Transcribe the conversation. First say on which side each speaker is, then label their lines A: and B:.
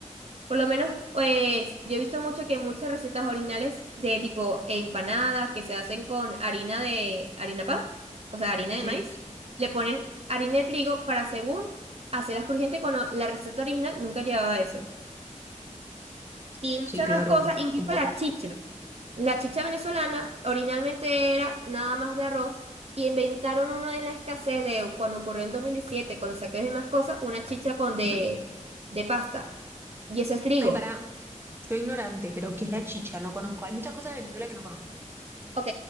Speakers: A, on the right; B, on the right.
A: por lo menos, pues yo he visto mucho que muchas recetas originales de tipo empanadas que se hacen con harina de harina pan, o sea, harina
B: Sí.
A: de maíz, le ponen harina de trigo para según hacerlas crujientes cuando la receta original nunca llevaba eso. Y muchas
B: Sí, claro.
A: más cosas, incluso
B: Como...
A: la chicha. La chicha venezolana originalmente era nada más de arroz y inventaron uno en la escasez de cuando ocurrió en 2017 con los saques de más cosas, una chicha con de,
B: Ujú.
A: de pasta. Y eso es trigo.
B: Ay, para, soy ignorante, pero ¿qué es la chicha? No conozco. Hay muchas cosas de Venezuela que no conozco.
A: Ok,